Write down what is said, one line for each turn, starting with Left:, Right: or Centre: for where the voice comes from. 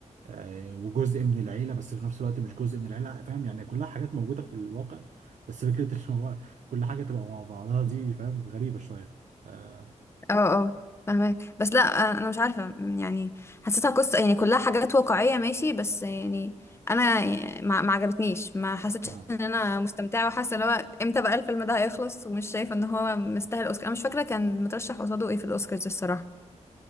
Right: آه، وجزء من العيلة بس في نفس الوقت مش جزء من العيلة فاهم يعني كلها حاجات موجودة في الواقع بس فكرة إن هو كل حاجة تبقى مع بعضها دي فاهم غريبة شوية آه،
Left: اه اه فاهمك بس لا آه، انا مش عارفه يعني حسيتها قصه يعني كلها حاجات واقعيه ماشي بس يعني انا ما ما عجبتنيش ما حسيتش
Right: اه
Left: ان انا مستمتعه وحاسه ان هو امتى بقى الفيلم ده هيخلص ومش شايفه ان هو مستاهل اوسكار انا مش فاكره كان مترشح قصاده ايه في الاوسكارز الصراحه